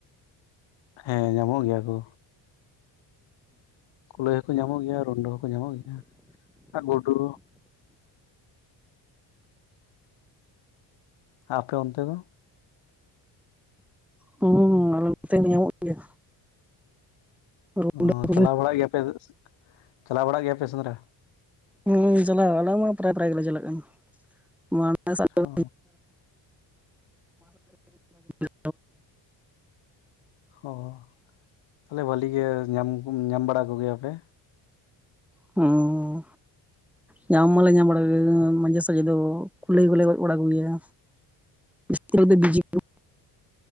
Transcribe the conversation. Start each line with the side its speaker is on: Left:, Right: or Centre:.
Left: ᱦᱮᱸ ᱧᱟᱢᱚᱜ ᱜᱮᱭᱟ ᱠᱩ ᱠᱩᱞᱟᱹᱭ ᱦᱚᱸᱠᱚ ᱧᱟᱢᱚᱜ ᱜᱮᱭᱟ ᱨᱩᱸᱰᱟᱹ ᱦᱚᱸᱠᱚ ᱧᱟᱢᱚᱜ ᱜᱮᱭᱟ ᱟᱨ ᱜᱩᱰᱩ ᱟᱯᱮ ᱚᱱᱛᱮ ᱫᱚ
Centre: ᱦᱩᱸ ᱟᱞᱮ ᱱᱚᱛᱮ ᱧᱟᱢᱚᱜ ᱜᱮᱭᱟ᱾ ᱨᱩᱸᱰᱟᱹ
Left: ᱚ
Centre: ᱠᱚ
Left: ᱪᱟᱞᱟᱣ ᱵᱟᱲᱟᱜ ᱜᱮᱭᱟᱯᱮ ᱪᱟᱞᱟᱣ ᱵᱟᱲᱟᱜ ᱜᱮᱭᱟᱯᱮ ᱥᱮᱸᱫᱽᱨᱟ?
Centre: ᱦᱩᱸ ᱪᱟᱞᱟᱣ ᱟᱞᱮ ᱢᱟ ᱯᱨᱟᱭ ᱯᱨᱟᱭ ᱜᱮᱞᱮ ᱪᱟᱞᱟᱜ ᱠᱟᱱᱟ᱾ ᱢᱟᱲᱟᱝ ᱥᱟᱞᱼᱼ
Left: ᱚ
Centre: <inaudible>
Left: ᱦᱚᱸ ᱛᱟᱞᱦᱮ ᱵᱷᱟᱹᱞᱤ ᱜᱮ ᱧᱟᱢ ᱧᱟᱢ ᱵᱟᱲᱟ ᱠᱚᱜᱮᱭᱟᱯᱮ?
Centre: ᱦᱚᱸ ᱧᱟᱢ ᱢᱟᱞᱮ ᱧᱟᱢ ᱵᱟᱲᱟ ᱠᱚᱜᱮᱭᱟ ᱢᱟᱡᱷᱮ ᱥᱟᱡᱮ ᱫᱚ ᱠᱩᱞᱟᱹᱭ ᱠᱚᱞᱮ ᱜᱚᱡ ᱵᱟᱲᱟ ᱠᱚᱜᱮᱭᱟ
Left: <inaudible>
Centre: ᱤᱥ ᱵ <unintelligible>